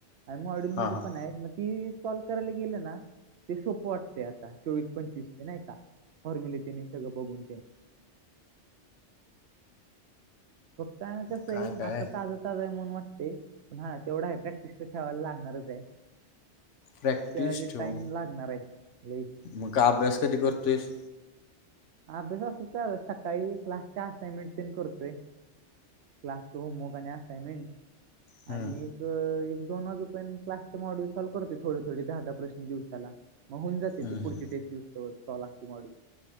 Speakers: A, on the right (about 65°); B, on the left (about 80°).
A: आणि मॉडलमध्ये
B: हा हा.
A: पण आहेत मग ती सॉल्व करायला गेलं ना ते सोपं वाटते आता चोवीस पंचवीस चे नाही का फॉर्म्युले ते हे सगळं बघून तेन फक्त कसं
B: काय
A: आहे
B: काय
A: आता ताजं ताज आहे म्हणून वाटतयं पण हा तेवढा आहे प्रॅक्टिस तर थेवायला लागणारच आहे.
B: प्रॅक्टिस
A: त्यासाठी
B: ठेव.
A: टाइम लागणार आहे लई.
B: मग का अभ्यास कधी करतोयंस.
A: अभ्यास असच चालू हाय सकाळी क्लासच्या असाइनमेंट तेन करतोय. क्लासचं होमवर्क आणि असाइन्मेंट
B: हम्म
A: आणि एक एक दोन वाजूपर्यंत क्लासचे मॉडूल सॉल्व करतोय थोड थोड दहा दहा प्रश्न दिवसाला. मग होऊन जातय
B: हम्म
A: ते
B: हम्म.
A: पुढची टेस्ट इऊस तवर सॉल्व असतय मॉडेल